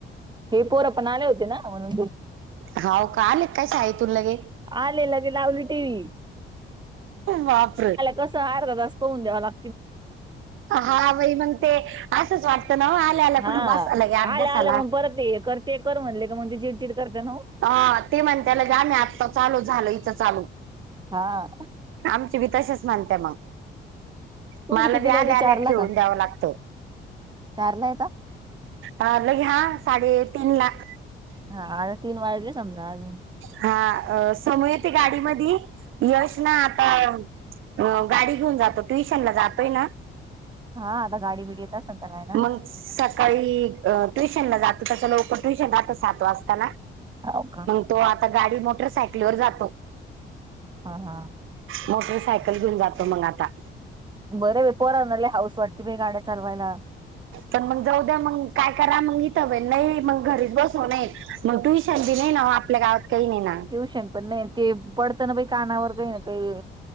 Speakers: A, on the right; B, on the right.
A: हे पोर पण आले होते ना म्हणून
B: अहो आले काय शाळेतून लगे.
A: आले आले की लावली टी व्ही
B: बापरे.
A: कसं आहे अर्धा तास पहून द्यावा लाग.
B: हा आई म्हणते ते असंच वाटतं ना. आल्या आल्या कुठे
A: हा
B: बसायला गे अभ्यासाला
A: आलं आलं मग परत ते करते कर म्हणले का मग ते चिडचिड करते ना वो
B: हा ते म्हण त्याल झालं आत्ता चालू झालं हीच चालू.
A: हा.
B: आमचे विकाशच माणते मग
A: तुमची
B: मला
A: कितीला
B: बी आल्या
A: येते
B: आल्या
A: चारला
B: खेळून
A: का
B: द्यावं लागतं.
A: चारला येता
B: आले घ्या साडे तीन लाख.
A: हा आता तीन वाजले समजा आ.
B: हा समु येते गाडी मध्ये यश ना आता अ गाडी घेऊन जातो ट्युशन ला जातोय ना.
A: हा आता गाडी बिडी येत असेल त्याला ना.
B: मग सकाळी ट्युशनला जात त्याच लवकर ट्युशन असतो सात वाजताना
A: हो का?
B: तो आता गाडी मोटर सायकलवर जातो.
A: हा हा.
B: मोटरसायकल घेऊन जातो मग आता
A: बरं बाई पोराणा लय हाऊस वाटते बाई गाड्या चालवायला.
B: पण मग जाऊ द्या मग काय करा मग इथ वेळ नाही मग घरी. बस हो नाही मग ट्युशन बी नाही ना आपल्या गावात काही नाहीे ना.
A: ट्यूशन पण नाही. ते पडतं ना बई कानावर काही ना काही